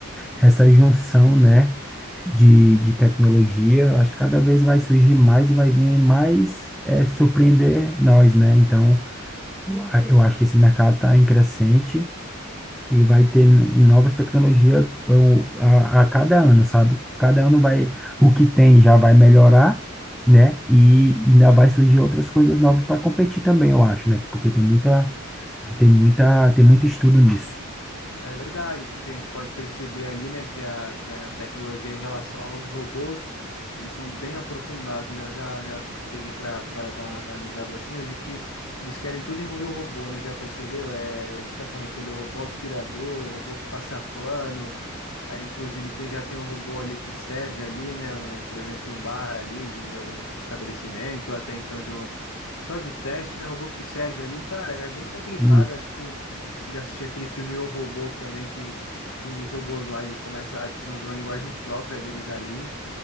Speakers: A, in the centre; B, on the left.
A: essa junção, né, de, de tecnologia, eu acho que cada vez vai surgir mais e vai vir mais é, surpreender nós, né? Então, eu, a- eu acho que esse mercado está em crescente e vai ter novas tecnologias eu, a, a cada ano, sabe? Cada ano vai, o que tem já vai melhorar, né? E, e ainda vai surgir outras coisas novas para competir também, eu acho, né? Porque tem muita, tem muita, tem muito estudo nisso.
B: É verdade, porque a gente pode perceber ali, né, que a, que a tecnologia em relação aos robôs, eles são bem aprofundados, né? Eu já, já peguei para dar uma analisada assim, eu vi que eles querem tudo envolver o robô, né? Já percebeu? É, a gente tá falando aqui do robô aspirador, o robô que passa pano, aí inclusive tem, já tem um robô ali que serve ali, né? Um, por exemplo, um bar ali de, de algum estabelecimento, até então de um, só de teste, né? Robô que serve ali, cara, é bem complicado,
A: Sim,
B: acho que já assisti aquele filme O Robô também, que, que um dos robôs lá ele começa a desenvolver uma linguagem própria deles ali.